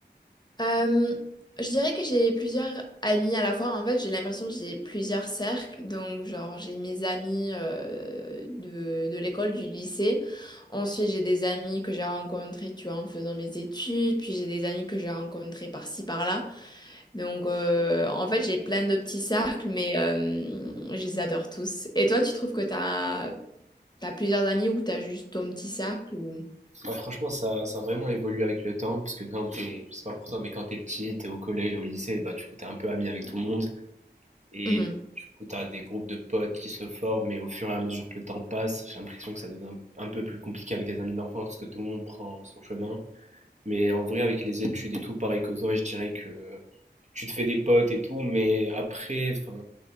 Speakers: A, on the left; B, on the right.
A: Euh, je dirais que j'ai plusieurs amis à la fois. En fait, j'ai l'impression que j'ai plusieurs cercles. Donc, genre, j'ai mes amis euh, de, de l'école, du lycée. Ensuite, j'ai des amis que j'ai rencontrés, tu vois, en faisant mes études. Puis, j'ai des amis que j'ai rencontrés par-ci, par-là. Donc, euh, en fait, j'ai plein de petits cercles, mais euh, je les adore tous. Et toi, tu trouves que t'as, t'as plusieurs amis ou t'as juste ton petit cercle ou...
B: Bah, franchement, ça, ça a vraiment évolué avec le temps, parce que quand t'es, je sais pas pour toi, mais quand t'es petit, t'es au collège et au lycée, bah du coup t'es un peu ami avec tout le monde, et
A: Mhm.
B: du coup t'as des groupes de potes qui se forment, mais au fur et à mesure que le temps passe, j'ai l'impression que ça devient un peu plus compliqué avec les amis d'enfance, parce que tout le monde prend son chemin. Mais en vrai, avec les études et tout, pareil que toi, je dirais que tu te fais des potes et tout, mais après, enfin,